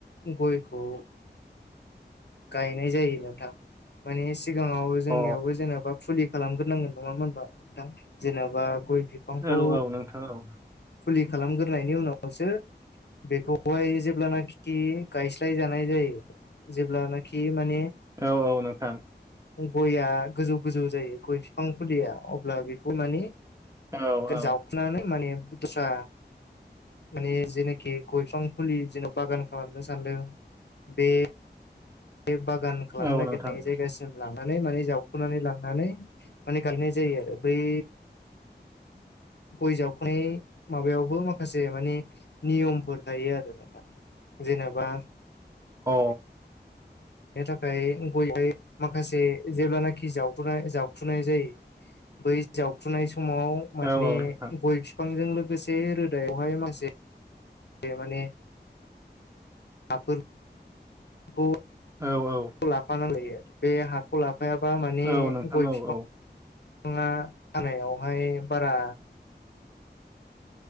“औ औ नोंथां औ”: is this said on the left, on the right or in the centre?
Right